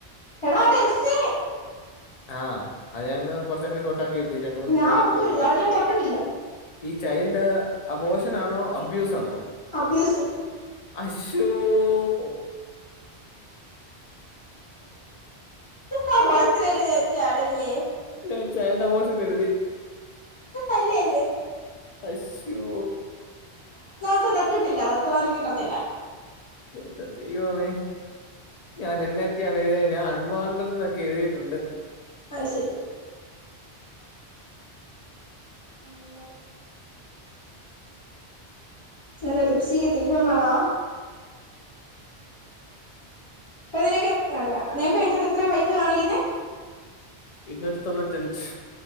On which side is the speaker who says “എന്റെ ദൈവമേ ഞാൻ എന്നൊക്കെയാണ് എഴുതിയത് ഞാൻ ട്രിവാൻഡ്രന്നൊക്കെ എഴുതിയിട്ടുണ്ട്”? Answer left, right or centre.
Left